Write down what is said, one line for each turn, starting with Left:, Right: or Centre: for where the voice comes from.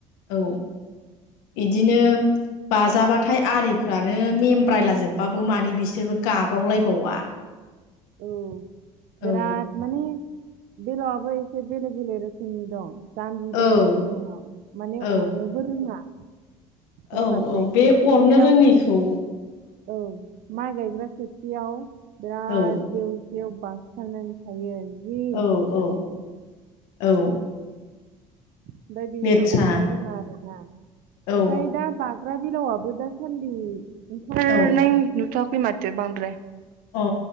Left: औ इदिनो बाजाबाथाय आलिफ्रानो मेमब्रायलाजोबबाबो मानो बिसोरबो गाबावलायबावा।
Right: औ बिराद
Left: औ
Right: माने बेलावआबो एसे बेलेग बेलेग रोखोमनि दं। जामबि बेलावबो
Left: औ
Right: दङ माने
Left: औ
Right: अरनोबो रोङा। माखासे
Left: औ औ
Right: खोथियायाव
Left: बे अरनो रोङैखौ
Right: औ माइ गायग्रा खोथियाव बिराद
Left: औ
Right: जेव बेयाव बासथाबनानै थायो जि
Left: औ
Right: लेथ्रा
Left: औ
Right: नुखायो।
Left: औ
Right: ओमफाय बियो
Left: लेथ्रा
Right: अरनो रोङा आरोना ओमफाय
Left: औ
Right: दा बा ग्रा बिलावआबो दासान्दि ओंखारनाय
Left: औ
Right: नुथ'वाखै माथो बांद्राय।
Left: अ